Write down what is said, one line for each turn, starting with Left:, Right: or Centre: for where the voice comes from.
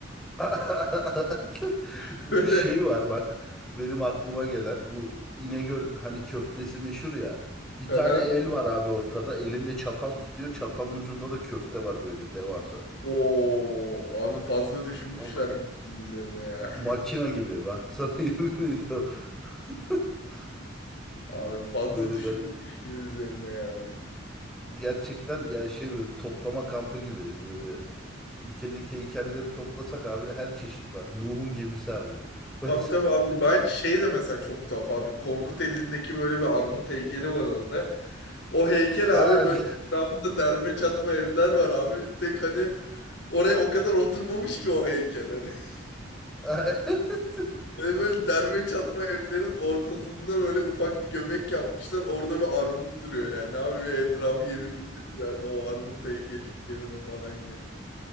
Centre: <laughs>
Left: <laughs>
Centre: Bir
Left: Böyle.
Centre: şey var bak. Benim aklıma gelen bu İnegöl hani köftesi meşhur ya. Bir tane
Left: Aha.
Centre: el var abi ortada. Elinde çatal tutuyor. Çatalın ucunda da köfte var böyle devasa.
Left: Oo, abi fazla düşünmüşler
Centre: Kanka,
Left: <laughs> gibi bunun üzerine ya. <laughs>
Centre: makina gibi. Bak sana <laughs> yemin ediyorum. <laughs>
Left: Abi fazla
Centre: Böyle
Left: düşünülmüş
Centre: garip.
Left: gibi üzerine yani.
Centre: gerçekten yani şey böyle toplama kampı gibi böyle ülkedeki heykelleri toplasak abi her çeşit var. Nuh'un gemisi abi.
Left: Abi
Centre: <laughs>
Left: tabii abi ben şey de mesela çok tuhaf abi Korkut elindeki böyle bir armut heykeli var orada. O heykel
Centre: Abi.
Left: abi böyle etrafında derme çatma evler var abi. Tek hani oraya o kadar oturmamış ki o heykel hani. <laughs>
Centre: <laughs>
Left: Böyle, böyle derme çatma evlerin ortasında böyle ufak bir göbek yapmışlar. Orada bir armut duruyor yani abi ve etrafı yenilirsiniz yani o armut heykeli yerine falan ya.